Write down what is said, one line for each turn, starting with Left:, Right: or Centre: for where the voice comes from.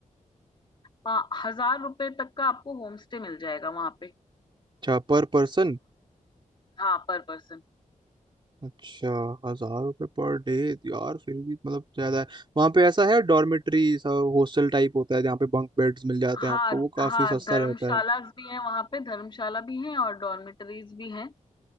Left: पा- हजार रुपए तक का आपको होम स्टे मिल जाएगा वहां पे
Right: अच्छा पर पर्सन
Left: हाँ पर पर्सन
Right: अच्छा हजार रुपये पर डे यार फिर भी मतलब ज्यादा है वहाँ पे ऐसा है डॉर्मेट्री सा हॉस्टल टाइप होता है जहाँ पे बंक बेड्स मिल जाते
Left: हाँ
Right: हैं आपको वो काफी
Left: हाँ
Right: सस्ता
Left: धर्मशाला
Right: रहता है
Left: भी हैं वहां पे धर्मशाला भी हैं और डॉर्मेटरीज भी हैं